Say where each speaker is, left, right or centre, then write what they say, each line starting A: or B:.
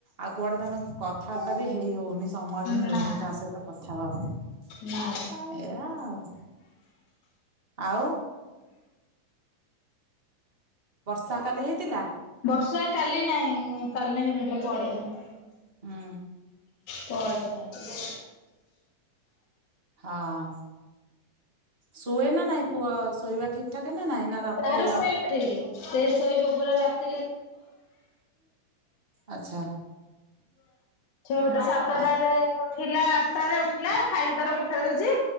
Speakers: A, on the right; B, on the left.
A: ଆଉ କୁଆଡେ ତମେ କଥାବାର୍ତ୍ତା ବି ହେଇ ହଉନି ସମୟ ବି ମିଳୁନି
B: ନା
A: କାହା ସହିତ କଥା ହବା ପାଇଁ।
B: ନା
A: ଏଇଆ ଆଉ। ଆଉ ବର୍ଷା କାଲି ହେଇଥିଲା?
B: ବର୍ଷା କାଲି ନାଇଁ, କାଲି ନାଇଁ ହେଇନଥିଲା ସେ ପଅରଦିନ।
A: ଉଁ।
B: ପଅରଦିନ ହେଇଥିଲା।
A: ହଁ ଶୁଏେ ନା ନାଇଁ ପୁଅ ଶୋଇବା ଠିକ ଠାକ ନା ନାଇଁ। ନା ରାତିର
B: ତାର ଶହି ଉଠେଇକି <unintelligible> ଶେ ଶୋଇବ ଇବ ପରା ରାତିରେ
A: ଆଚ୍ଛା
B: ଛଅଟା ସାତଟାରେ
A: ଆଉ
B: ଉଠିଲା ଆଠଟାରେ ଉଠିଲା ଖାଇକି ତାର ଖେଳୁଛି